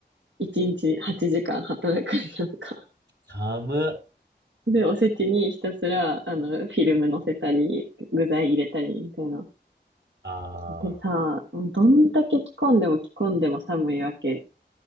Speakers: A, on the right; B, on the right.
A: 1日8時間働くんやんか。
B: 寒っ。
A: で、おせちにひたすら、あの、フィルム乗せたり、具材入れたりみたいな。
B: ああ。
A: でさ、どんだけ着込んでも着込んでも寒いわけ。